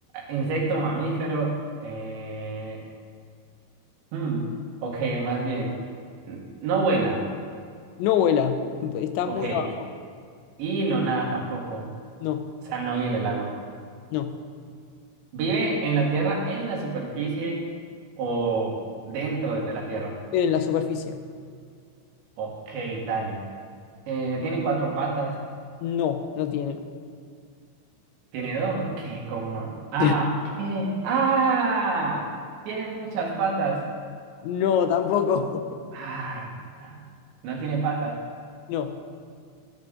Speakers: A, on the right; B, on the left.
A: Insecto, mamífero. Eh... hmm, ok, más bien. n- No vuela.
B: No vuela. Está
A: Ok.
B: muy abajo.
A: Y no nada tampoco. O
B: No,
A: sea, no vive en el agua.
B: no.
A: ¿Vive en la tierra, en la superficie o dentro de la tierra?
B: En la superficie.
A: Ok, dale. Eh, tiene cuatro patas.
B: No, no tiene.
A: Tiene dos. <laughs> ¿Qué? Como. Ah,
B: <laughs>
A: ¿qué? ¡Ah! Tiene muchas patas.
B: No, tampoco. <laughs>
A: Ah, no tiene patas.
B: No,